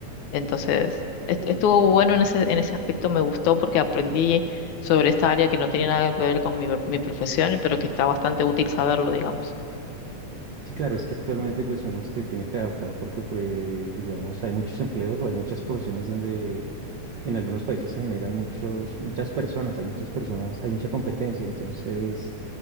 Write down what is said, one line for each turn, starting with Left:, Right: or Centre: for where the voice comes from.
Left: Entonces, est-
Right: Bueno.
Left: estuvo bueno en ese, en ese aspecto, me gustó porque aprendí sobre esta área que no tenía nada que ver con mi, mi profesión, pero que está bastante útil saberlo, digamos.
Right: Sí, claro, es que actualmente pues uno se tiene que adaptar porque pues digamos hay muchos empleos o hay muchas profesiones donde en algunos países se generan muchos, muchas personas, hay muchas personas, hay mucha competencia, entonces